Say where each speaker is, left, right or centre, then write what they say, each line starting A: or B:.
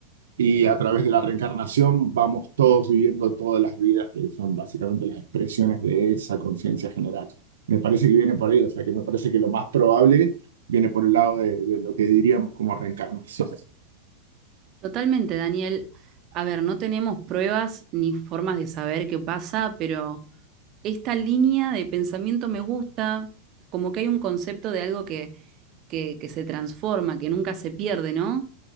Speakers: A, on the right; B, on the right.
A: y a través de la reencarnación vamos todos viviendo todas las vidas que son básicamente las expresiones de esa conciencia general. Me parece que viene por ahí, o sea que me parece que lo más probable viene por el lado de, de lo que diríamos como reencarnación.
B: Totalmente, Daniel. A ver, no tenemos pruebas ni formas de saber qué pasa, pero esta línea de pensamiento me gusta, como que hay un concepto de algo que, que, que se transforma, que nunca se pierde, ¿no?